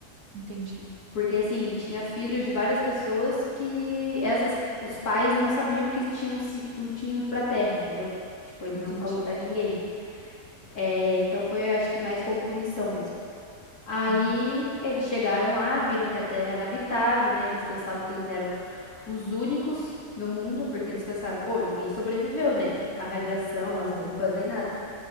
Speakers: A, on the right; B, on the left.
A: Entendi,
B: Porque assim, tinha filhos de várias pessoas que essas os pais não sabiam que tinham se não tinham ido pra terra, entendeu? Tipo, ele
A: entendi.
B: não falou pra ninguém. É, então foi, acho que mais como punição mesmo. Aí
A: Uhum,
B: eles chegaram lá, viram que a terra era habitável, né? Eles pensavam que eles eram os únicos no mundo, porque eles pensaram, pô, ninguém sobreviveu, né? A radiação, as bombas, nem nada.